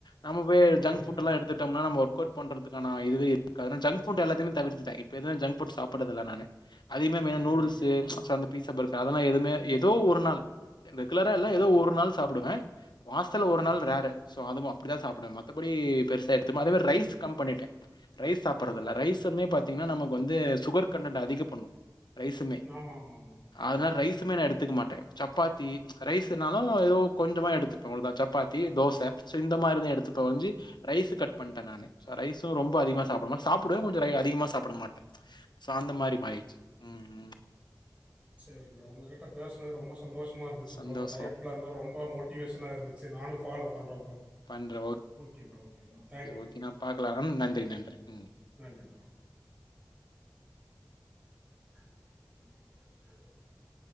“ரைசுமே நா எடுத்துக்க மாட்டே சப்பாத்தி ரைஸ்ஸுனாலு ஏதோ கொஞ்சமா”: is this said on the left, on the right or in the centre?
Left